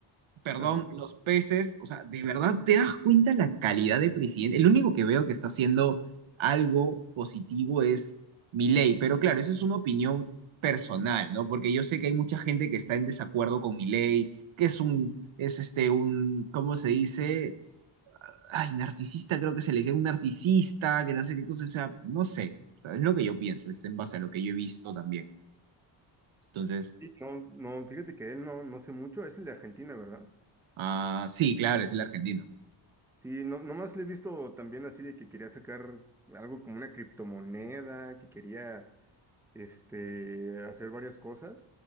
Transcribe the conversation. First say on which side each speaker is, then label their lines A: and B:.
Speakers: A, on the right; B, in the centre.
A: perdón,
B: Ajá.
A: los peces, o sea, de verdad te das cuenta la calidad de presidente. El único que veo que está haciendo algo positivo es Milei, pero claro, eso es una opinión personal, ¿no? Porque yo sé que hay mucha gente que está en desacuerdo con Milei, que es un, es este, un, ¿cómo se dice? Ay, narcisista, creo que se le dice un narcisista, que no sé qué cosa, o sea, no sé, o sea, es lo que yo pienso, es en base a lo que yo he visto también. Entonces,
B: Sí, no, no, fíjate que él no, no sé mucho, es el de Argentina, ¿verdad?
A: ah, sí, claro, es el argentino.
B: Sí, no, nomás le he visto también así de que quería sacar algo como una criptomoneda, que quería este, hacer varias cosas,